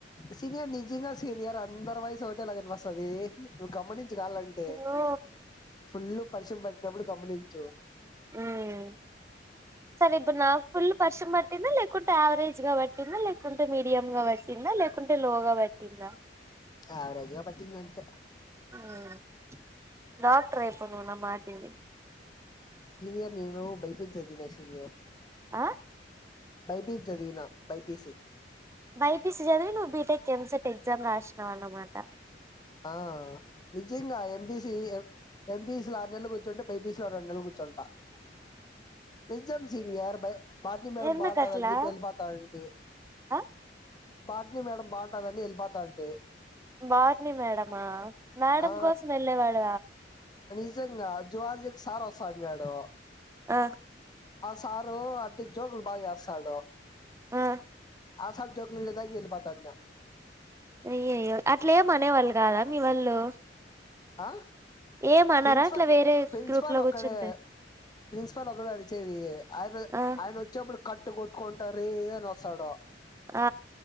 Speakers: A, on the left; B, on the right.
A: సీనియర్ నిజమే సీనియర్ అందరి వైస్ ఒకటేలాగా వినిపిస్తది నువ్వు గమనించు కావలంటే
B: అయ్యో
A: ఫుల్ల్ పర్షం పట్టినప్పుడు గమనించు
B: ఊమ్ సరే ఇప్పుడు నాకు ఫుల్ పర్షం పట్టింది లేకుంటే ఆవరేజ్ గా పట్టింది లేకుంటే మీడియం గా పట్టిందా లే కుంటే లోగా పట్టిందా
A: ఆవరజ్ గా పట్టిందంతే
B: ఊమ్ డాక్టర్ అయిపో నువ్వు నా మాట విని
A: సీనియర్ నేను బయటనుంచి వచ్చిన వర్షం చేయ
B: ఆ
A: బైపీసి చదివినా బైపీసి
B: బైపీసి చదివి నువ్వు బీటెక్ ఎంసెట్ ఎగ్జామ్ రాసినవన్నమాట
A: ఆ నిజంగా ఎంబీసి ఏ ఎంబీసి ఆరు నెలలు కూర్చుంటే బైపీసి రెండ్ నెలలు కూర్చుంటా నిజమ్ సీనియర్ బయ్ బాట్నీ మేడం
B: ఎందుకట్లా
A: బాగుందానిచెప్పి ఎల్లిపోత అంతే
B: ఆ
A: బోటనీ మేడం బాగుంటాదని వెళ్ళిపోతా ఉంటి
B: బాటని మేడమా మేడం
A: ఆ
B: కోసం వెళ్ళేవాడ
A: నిజంగా జూలోజి కి సార్ వస్తా అన్నాడు
B: ఆ
A: సారు అంటే జోకులు బాగా వేస్తాడు
B: ఆ
A: ఆ సార్ జోకులు వేసాక ఇగా వెళ్ళిపోతా ఇంగా
B: అయ్యయ్యో అట్లే ఏం అనేవాళ్ళు కాదా మీ వాళ్ళు
A: ఆ
B: ఏం అనరా
A: ప్రిన్సిపల్
B: అట్లా వేరే
A: ప్రిన్సిపాల్
B: గ్రూప్ లో
A: ఒక్కడే
B: కూర్చుంటే
A: ప్రిన్సిపాల్ ఒక్కడే ఆడిచ్చేది ఆయనె
B: ఆ
A: ఆయన వచ్చేప్పుడు కట్టు కొట్కుంటారు ఇ ఇ అని వస్తాడు
B: ఆ